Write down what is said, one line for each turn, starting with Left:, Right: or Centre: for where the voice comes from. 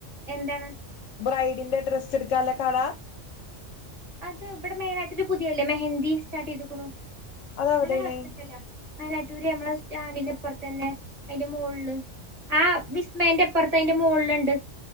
Right: എന്താണ്
Left: ബ്രൈഡിന്റെ ഡ്രസ് എടുക്കാനുള്ള കട
Right: അത് ഇവിടെ മെയിൻ ആയിട്ട് പുതിയല്ലേ മെഹന്ദി സ്റ്റാർട്ട് ചെയ്ക്കണു
Left: അതെവിടെയാണ്
Right: നല്ല കളക്ഷനിണ്ടല്ല മേലാറ്റൂര് നമ്മളെ സ്റ്റാൻഡിന്റെ അപ്പുറത്ത് തന്നെ അതിന്റെ മോളില് ആ വിസ്മയന്റെ ഇപ്പുറത്ത് അതിന്റെ മോളിലുണ്ട്